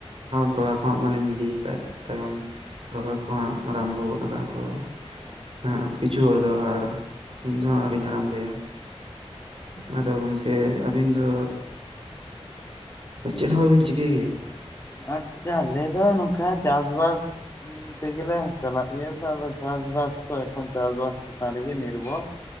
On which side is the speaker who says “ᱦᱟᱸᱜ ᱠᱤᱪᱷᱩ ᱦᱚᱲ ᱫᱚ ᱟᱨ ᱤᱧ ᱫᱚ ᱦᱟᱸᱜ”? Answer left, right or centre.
Right